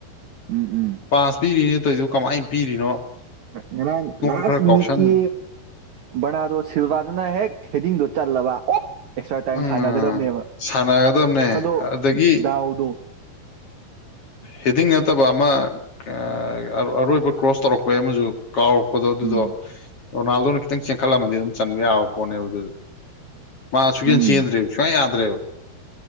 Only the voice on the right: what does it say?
ꯎꯝ ꯎꯝ
ꯑꯁ
ꯉꯔꯥꯡ
ꯂꯥꯁ
ꯃꯤꯅꯤꯠꯀꯤ
ꯕꯔꯅꯥꯗꯣ ꯁꯤꯜꯚꯥꯗꯨꯅ ꯍꯦꯛ ꯍꯦꯗꯤꯡꯗꯣ ꯆꯜꯂꯕ ꯑꯣ ꯑꯦꯛꯁꯇ꯭ꯔꯥ ꯇꯥꯏꯝ
ꯁꯥꯟꯅꯒꯗꯕꯅꯦꯕ
ꯑꯗꯣ
ꯗꯥꯎꯗꯣ
ꯎꯝ
ꯎꯝ